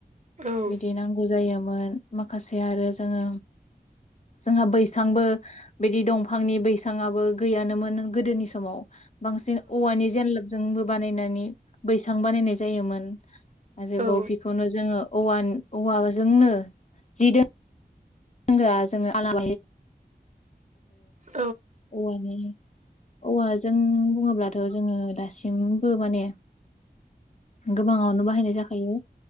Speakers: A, on the right; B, on the left.
A: औ
B: बिदि नांगौ जायो मोन‌ माखासे आरो जोङो जोंहा बैसांबो बिदि दंफांनि बैसांआबो गैयानोमोन नों गोदोनि समाव बांसिन औवानि जेनलाबजोंबो बानायनानै बैसां बानायनाय जायोमोन। आरोबाव
A: औ
B: बेखौनो जोङो औव औवाजोंनो जि दो <unintelligible> आरो
A: औ
B: औवानि औवाजों जों बुंङोब्लाथ' जोङो दासिमबो माने गोबांङावनो बाहायनाय जाखायो